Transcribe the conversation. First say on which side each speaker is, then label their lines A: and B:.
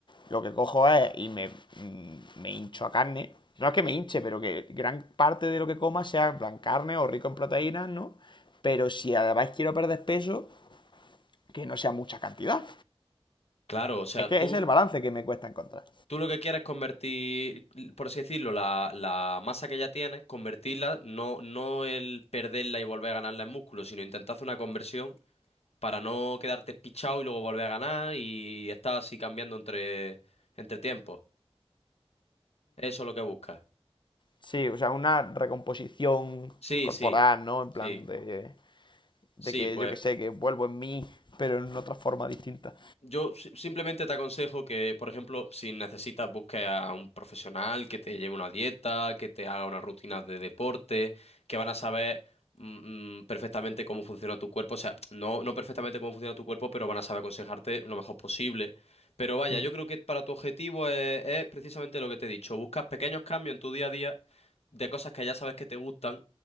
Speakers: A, on the left (about 50°); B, on the left (about 80°).
A: lo que cojo es y me, mm, me hincho a carne. No es que me hinche, pero que gran parte de lo que coma sea en plan carne o rico en proteínas, ¿no? Pero si además quiero perder peso, que no sea mucha cantidad.
B: Claro, o sea,
A: Es que
B: tú,
A: ese es el balance que me cuesta encontrar.
B: tú lo que quieres es convertir, por así decirlo, la, la masa que ya tienes, convertirla, no, no el perderla y volver a ganarla en músculo, sino intentar hacer una conversión para no quedarte pichado y luego volver a ganar y estar así cambiando entre, entre tiempos. Eso es lo que buscas.
A: Sí, o sea, una recomposición
B: Sí,
A: corporal,
B: sí,
A: ¿no? En
B: sí,
A: plan de, de
B: sí,
A: que
B: pues
A: yo que sé, que vuelvo en mí, pero en otra forma distinta.
B: Yo si- simplemente te aconsejo que, por ejemplo, si necesitas, busques a un profesional que te lleve una dieta, que te haga unas rutinas de deporte, que van a saber mm, mm, perfectamente cómo funciona tu cuerpo. O sea, no, no perfectamente cómo funciona tu cuerpo, pero van a saber aconsejarte lo mejor posible. Pero vaya,
A: Mm.
B: yo creo que para tu objetivo es, es precisamente lo que te he dicho. Buscas pequeños cambios en tu día a día de cosas que ya sabes que te gustan.